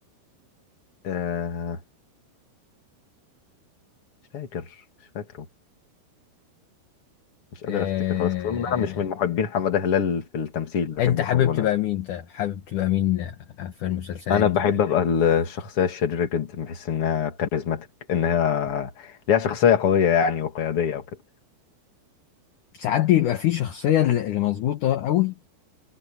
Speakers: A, on the left; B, on the left.
A: آه مش فاكر مش فاكره مش قادر
B: آه...
A: أفتكر خلاص خصوصا إن أنا مش من محبين حمادة هلال في التمثيل بحبه
B: انت حابب
A: في الغنى
B: تبقى مين طيب حابب تبقى مين آه، في المسلسلات
A: أنا
B: دي
A: بحب أبقى الشخصية الشريرة جدا بحس إنها كاريزماتيك إنها ليها شخصية قوية يعني وقيادية وكده
B: ساعات بيبقى في شخصية اللي اللي مظبوطة قوي